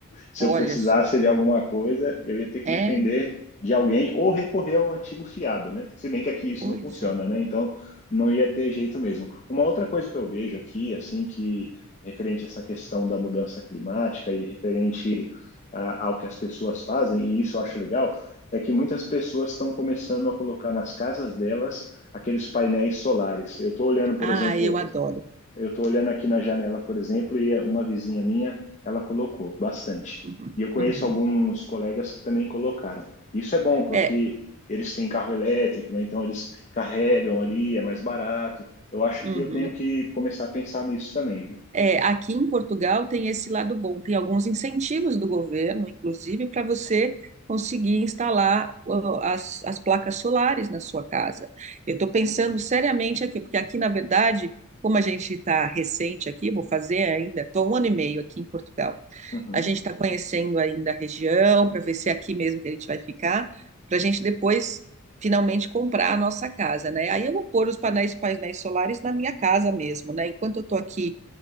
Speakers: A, on the left (about 35°); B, on the right (about 30°).
A: Se
B: Olha
A: eu precisasse
B: só.
A: de alguma coisa, eu ia ter que
B: É,
A: depender de alguém ou recorrer ao antigo fiado, né? Se bem que aqui isso
B: coisa.
A: não funciona, né? Então não ia ter jeito mesmo. Uma outra coisa que eu vejo aqui, assim, que referente a essa questão da mudança climática e referente ah, ao que as pessoas fazem, e isso eu acho legal, é que muitas pessoas estão começando a colocar nas casas delas aqueles painéis solares. Eu estou olhando, por
B: Ah,
A: exemplo,
B: eu adoro.
A: eu estou olhando aqui na janela, por exemplo, e uma vizinha minha, ela colocou bastante.
B: Uhum,
A: E eu conheço
B: uhum.
A: alguns colegas que também colocaram. Isso é bom, porque
B: É,
A: eles têm carro elétrico, né? Então eles carregam ali, é mais barato. Eu acho
B: uhum.
A: que eu tenho que começar a pensar nisso também, viu?
B: É, aqui em Portugal tem esse lado bom, tem alguns incentivos do governo, inclusive, para você conseguir instalar ó, as, as placas solares na sua casa. Eu estou pensando seriamente aqui, porque aqui, na verdade, como a gente está recente aqui, vou fazer ainda, estou um ano e meio aqui em Portugal.
A: Uhum.
B: A gente está conhecendo ainda a região, para ver se é aqui mesmo que a gente vai ficar, para a gente depois finalmente comprar a nossa casa, né? Aí eu vou pôr os painéis, painéis solares na minha casa mesmo, né? Enquanto eu estou aqui